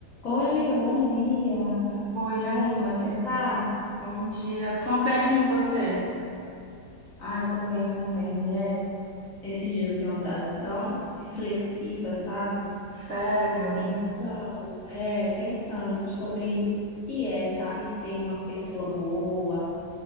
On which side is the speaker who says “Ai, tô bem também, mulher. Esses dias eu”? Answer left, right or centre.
Left